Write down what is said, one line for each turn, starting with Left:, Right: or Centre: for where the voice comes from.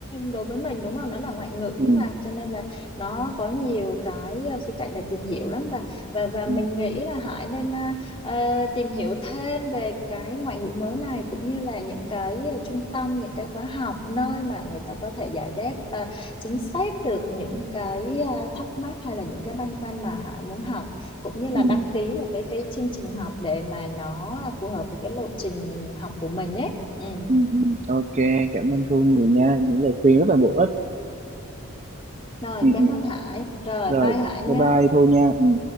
Left: đối với mình đúng không? Nó là ngoại ngữ
Right: Ừ,
Left: mà, cho nên là nó có nhiều cái ờ, khía cạnh để tìm hiểu lắm và và và
Right: Ừ,
Left: mình nghĩ là Hải nên ờ, ờ, tìm hiểu thêm về cái ngoại ngữ mới này cũng như là những cái ờ, trung tâm, những cái khóa học nơi mà người ta có thể giải đáp ờ, chính xác được những cái ờ, thắc mắc hay là những cái băn khoăn mà Hải muốn học cũng như là
Right: ừ,
Left: đăng ký một cái cái chương trình học để mà nó phù hợp với cái lộ trình học của mình nhé. Ừ.
Right: ừ. ok, cảm ơn Thu nhiều nha. Những lời khuyên rất là bổ ích.
Left: Rồi,
Right: Ừ,
Left: cảm
Right: ừ.
Left: ơn Hải. Rồi,
Right: Rồi,
Left: bye Hải nhé.
Right: bye bye Thu nha.